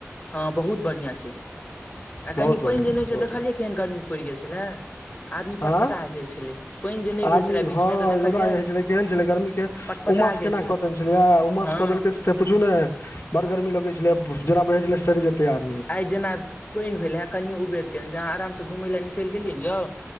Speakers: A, on the left; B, on the left.
A: हँ बहुत बढ़िया छैय आ
B: बहुत
A: कनि
B: बढ़िआँ
A: पानि जे नहि
B: छै
A: छैय
B: बहुत
A: देखलियै केहन गर्मी पड़ि गेल छलै। आदमी पटपटा
B: आँ
A: गेल पानि जे नहि
B: आदमी
A: भेल छलए बीचमे
B: हँ
A: तऽ देखलियै
B: रौदा छलै केहन छलै गर्मी के
A: पटपटा
B: उमस
A: गेल
B: केना कऽ देने छलै उमस
A: हँ
B: कऽ देलकै पुछू ने बड़ गर्मी लगै छलै जेना बझै छलै सड़ि जेतै आदमी।
A: आइ जेना पानि भेलया है कनियो उबेर केने अहाँ आरामसँ घुमै लै निकल गेलियै ने यौ।